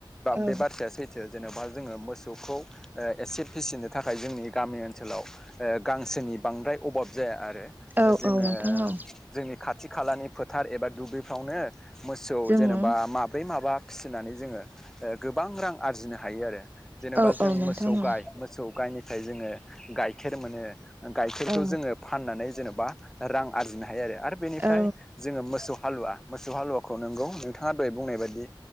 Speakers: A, on the right; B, in the centre.
A: औ
B: बे बाथ्राया सैथो जेन'बा जोङो मोसौखौ एसे फिसिनो थाखाय जोंनि गामि ओनसोलाव गांसोनि नि बांद्राय अभाब जाया आरो जोङो
A: औ औ नोंथां औ
B: जोंनि खाथि खालानि फोथार एबा दुब्लिफ्रावनो मोसौ
A: जोङो
B: जेनेबा माब्रै माबा फिसिनानै जोङो गोबां रां आरजिनो हायो आरो। जेनेबा
A: औ
B: जों
A: औ नोंथां
B: मोसौ
A: औ
B: गाय मोसौ गायनिफ्राय जोङो गाइखेर मोनो। गाइखेरखौ
A: औ
B: जोङो फाननानै जेन'बा रां आरजिनो हायो आरो आरो बेनिफ्राय
A: औ
B: जोङो मोसौ हालुवा मोसौ हालुवाखौ नोंगौ नोंथाङा दहाय बुंनाय बायदि